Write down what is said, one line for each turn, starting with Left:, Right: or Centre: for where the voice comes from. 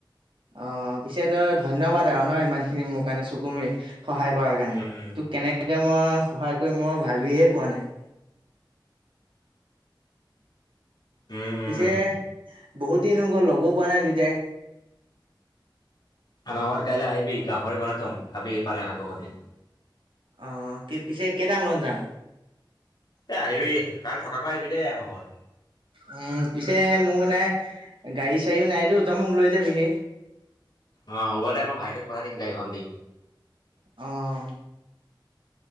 Right: অ, পিছে ত ধন্যবাদ আৰু ন ইমান খিনি মোৰ কাৰণে চুকুমি সহায় কৰাৰ কাৰণে
Left: উম উম
Right: তোক কেনেকৈ মই সহায় কৰি মই ভাবহে পোৱা নাই।
Left: উম
Right: পিছে
Left: উম
Right: বহুত দিন হৈ গ'ল লগো পোৱা নাই দেয়তাই।
Left: আমাৰ ঘৰত কাইলৈ আহিবি গাহৰি বনাই থ'ম খাবিহি পালে শাককৰ সৈতে।
Right: অ, কি পিছে কেইটামানত যাম?
Left: এই আহিবি কাই থকাকৈ আহিবি দেই আমাৰ ঘৰত।
Right: উম, পিছে মোৰ মানে গাড়ী চাৰ়ীও নাইতো তই মোক লৈ যাবিহি।
Left: অ, দে মই ভাইটোক পঠাই দিম গাড়ীখন দি।
Right: অ'।